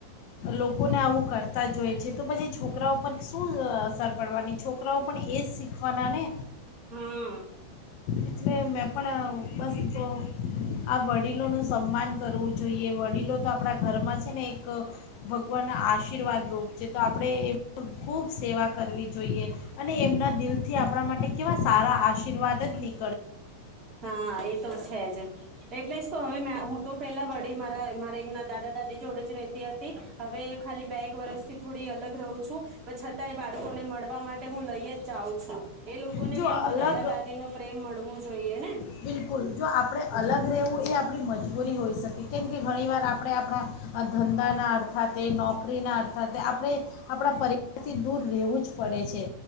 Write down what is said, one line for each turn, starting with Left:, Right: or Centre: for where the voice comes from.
Left: લોકોને આવું કરતા જોઈ છે. તો પછી છોકરાઓ પર શું અસર પડવાની છોકરાઓ પણ એ જ શીખવાના ને.
Right: હમ.
Left: એટલે મેં પણ બસ્ તો આ વડીલોનું સન્માન કરવું જોઈએ. વડીલો તો આપણા ઘરમાં છે, ને એક ભગવાનના આશીર્વાદરૂપ છે. તો આપણે એ ખૂબ સેવા કરવી જોઈએ. અને એમના દિલથી આપણા માટે કેવા સારા આશીર્વાદ જ ની
Right: હા એ તો છે જ એટલે હવે હું તો પેલા વડી મા મારે એમના દાદા દાદી જોડે જ રતી હતી. હવે ખાલી બે એક વર્ષથી થોડી અલગ રહું છું, પણ છતાં એ બાળકોને મળવા માટે હું લઈ જ જાઉં છું. એ લોકોને
Left: જો
Right: પણ
Left: અલગ
Right: તો દાદા દાદી નો પ્રેમ મળવું જ જોઈએ ને
Left: બિલકુલ જો આપણે
Right: હમ
Left: અલગ રહેવું, એ આપણી મજબૂરી હોઈ શકે કેમ કે ઘણીવાર આપણે આપણા ધંધાના અર્થા નોકરીના અર્થા આપણે આપણા પરિવારથી દૂર રહેવું જ પડે છે.